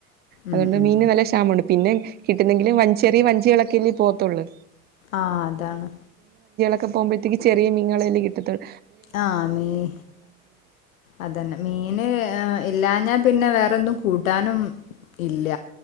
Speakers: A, on the right; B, on the left.
A: അതുകൊണ്ട്
B: ഉം ഉം
A: മീന് നല്ല ക്ഷാമം ആണ്. പിന്നെ കിട്ടുന്നെങ്കിലും വഞ്ചി ചെറിയ വഞ്ചികളൊക്കെല്ലേ പോവത്തുള്ളൂ.
B: ആഹ അതാണ്.
A: ഒക്കെ പോവുമ്പത്തക്ക് ചെറിയ മീനുകളെല്ലേ കിട്ടത്തുള്ളു.
B: ആഹ് മീൻ. അതന്നെ മീന് ഇല്ലാഞ്ഞാ പിന്നെ വേ ഒന്നും കൂട്ടാനും ഇല്ല.